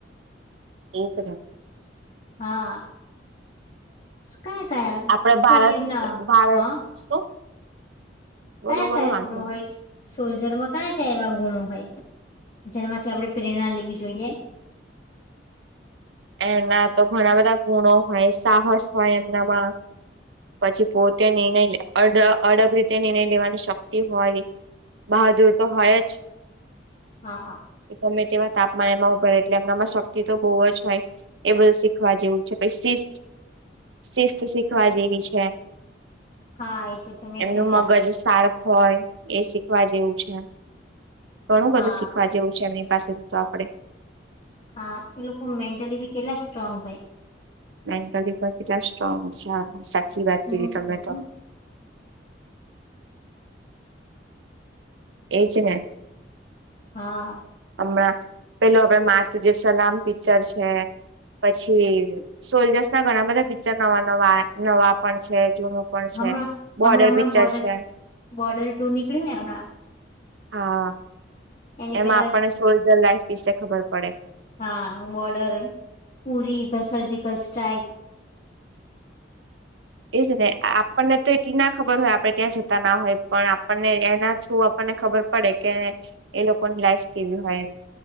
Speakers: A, on the right (about 85°); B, on the left (about 40°).
A: એ છે કે
B: હા કયા કયા
A: આપડે ભારત
B: કઈ એમના
A: ભારત
B: હા.
A: શું બોલો
B: કયા
A: બોલો
B: કયા
A: વાંધો
B: ગુણો
A: નહી
B: હોયશ? સોલ્જરમાં કયા કયા એવા ગુણો હોય જેમાંથી આપણે પ્રેરણા લેવી જોઈએ.
A: <inaudible> એમાં તો ઘણા બધા ગુણો હોય સાહસ હોય એમનામાં પછી પોતે નિર્ણય અડગ રીતે નિર્ણય લેવાની શક્તિ હોય. બહાદુર તો હોય જ.
B: હા
A: એ ગમે તેવા તાપમાન એમાં ઉભા એટલે એમના માં શક્તિ તો બોવ જ હોઈ. એ બધું શીખવા જેવું છે પછી શિસ્ત શિસ્ત શીખવા જેવી છે.
B: હા એ તો તમે
A: એમનું
B: એકદમ સાચું
A: મગજ સારફ હોય એ શી શીખવા જેવું છે ઘણું
B: હા
A: બધું શીખવા જેવું છે. એમની પાસેથી તો આપડે
B: હા એ લોકો મેન્ટલી બી કેટલા સ્ટ્રોંગ હોય.
A: મેન્ટલી પણ કેટલા સ્ટ્રોંગ છે. સાચી વાત
B: હમ
A: કીધી તમે તો. એજ ને.
B: હા.
A: હમણાં પેલું આપડે માથું જે સલામ પિક્ચર છે. પછી સોલ્જર્સ ના ઘણા બધા પિક્ચર નવા નવા નવા પણ છે. <unintelligible> છે
B: હમણાં
A: બોડર
B: હમણાં હમણાં
A: પિકચર
B: બોર્ડર
A: છે
B: બોર્ડર ટુ નીકળ્યું ને હમણાં
A: હા
B: એની
A: એમાં
B: પેલા
A: આપણને સોલ્જર લાઈફ વિશે ખબર પડે.
B: હા border Uri the surgical strike
A: એજ ને આપણને તો એ ટી ના ખબર હોય. આપ ત્યાં જતા ના હોય પણ આપણને એના થુ આપણને ખબર પડે કે એ લોકોની લાઈફ કે વી હોય એમ.